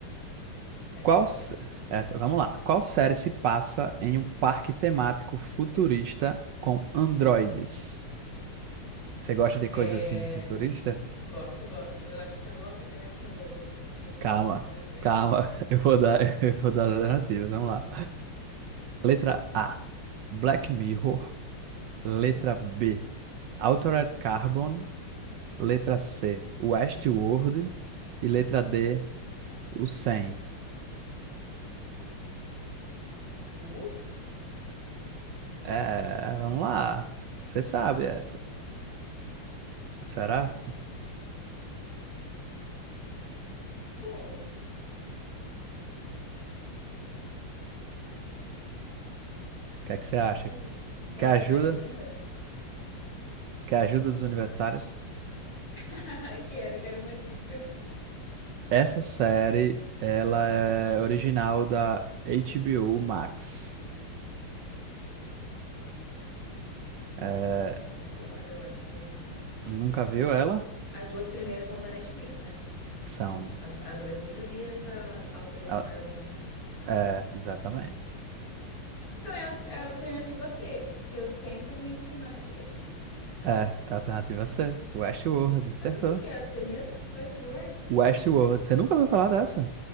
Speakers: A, on the left; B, on the right.
A: Essa
B: Qual,
A: foi.
B: se- essa, vamos lá. Qual série se passa em um parque temático futurista com androides? Você gosta de
A: É...
B: coisa assim futurista?
A: Gosto, gosto. Eu acho que é Love, Death and Robots, mas eu
B: Calma,
A: não tenho certeza se é
B: calma.
A: ela.
B: <laughs> Eu vou dar, <laughs> eu vou dar as alternativas. Vamos lá. Letra A, Black Mirror. Letra B, Altered Carbon. Letra C, Westworld.
A: Hum.
B: E letra D, o 100.
A: Putz!
B: É, vamos lá. Você sabe essa. Será? O
A: Pô,
B: que é que você
A: nossa,
B: acha?
A: gente. Será
B: Quer
A: que
B: ajuda?
A: é Black Mirror?
B: que é a Ajuda dos Universitários.
A: <laughs> Ai, Quero, quero uma dica.
B: Essa série, ela é original da HBO Max. É,
A: E agora? Eu acho que eu não...
B: nunca viu ela?
A: As duas primeiras são da Netflix, né?
B: São.
A: A, a Black Mirror e essa Altered
B: ah,
A: Carbon aí.
B: É, exatamente.
A: Então é a, é a alternativa C, porque o 100 também não tem nada a ver.
B: É, a alternativa C. Westworld, acertou.
A: Mas o que que é a C mesmo? Westworld?
B: Westworld, você nunca ouviu falar dessa?